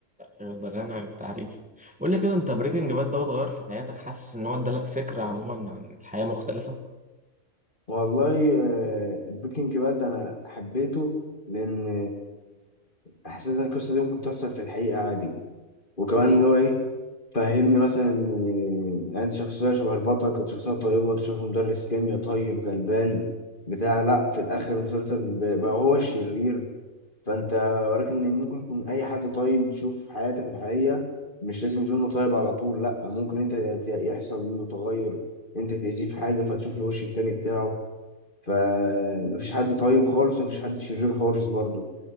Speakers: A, in the centre; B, on the left.
A: أيوة، ده غني عن التعريف قول لي كده انت بريكنج باد دوت غير في حياتك حاسس ان هو ادالك فكرة عموما عن الحياة مختلفة
B: والله آه، البيكنج باد ده انا حبيته لان آه، حسيت ان القصه دي ممكن تحصل في الحقيقه عادي وكمان
A: امم
B: اللي هو ايه فهمني مثلا ان آه، انت شخصيه شبه البطل كانت شخصيه طيبه انت شايفه مدرس كيمياء طيب غلبان بتاع لا في الاخر المسلسل ب- بقى هو الشرير فانت وراك ان ممكن يكون اي حد طيب تشوف في حياتك الحقيقيه مش لازم يكون إنه طيب على طول لا ممكن انت ت- يحصل منه تغير انت تأذيه في حاجه فتشوف الوش التاني بتاعه فمفيش حد طيب خالص مفيش حد شرير خالص برضه